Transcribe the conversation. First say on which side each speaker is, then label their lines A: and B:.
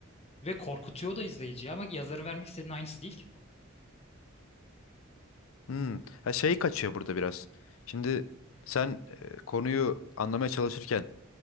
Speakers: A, on the left; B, on the left.
A: ve korkutuyor da izleyiciyi ama yazarın vermek istediğinin aynısı değil ki bu.
B: Hmm. Ha, şey kaçıyor burada biraz. Şimdi sen e, konuyu anlamaya çalışırken